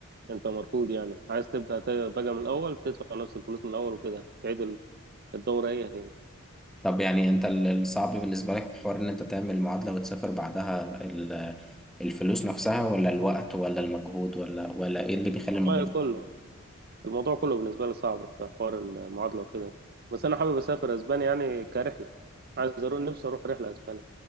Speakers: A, on the right (about 45°); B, in the centre.
A: انت مرفوض يعني عايز تبدأ ت- بقى من الاول تدفع نفس الفلوس من الاول وكده تعيد ال- الدورة هي هي
B: طب يعني انت ال- الصعب بالنسبة لك في حوار ان انت تعمل المعادلة وتسافر بعدها ال- الفلوس نفسها ولا الوقت ولا المجهود ولا ولا ايه اللي بيخلي
A: والله
B: الموضوع
A: كله الموضوع كله بالنسبة لي صعب في حوار المعادلة وكده بس انا حابب اسافر اسبانيا يعني كرحلة عايز اروح نفسي اروح رحلة اسبانيا